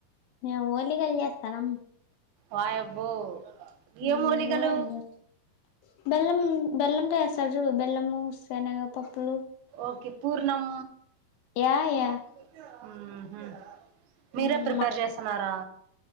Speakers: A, on the left; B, on the right.
A: మేము ఓలిగలు చేస్తనం
B: వాయబ్బో
A: ఉమ్
B: ఏం మూలికలు
A: <inaudible> బెల్లం బెల్లంతే సజు బెల్లము శనగపప్పు
B: ఓకే పూర్ణం
A: యా యా
B: <unintelligible> ఉహు మీరే
A: హ్మ్
B: ప్రిపేర్ చేస్తన్నారా